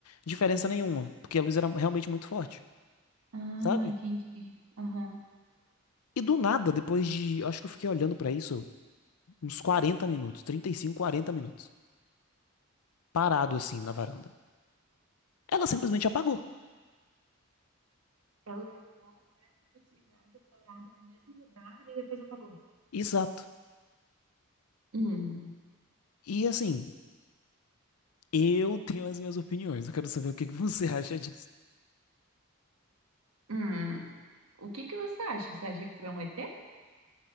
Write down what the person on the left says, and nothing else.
diferença nenhuma, porque a luz era realmente muito forte,
sabe?
E do nada, depois de, acho que eu fiquei olhando pra isso uns 40 minutos, 35 40 minutos, parado assim na varanda. Ela simplesmente apagou.
Exato.
E assim, eu tenho as minhas opiniões, eu quero saber o que que você <laughs> acha disso.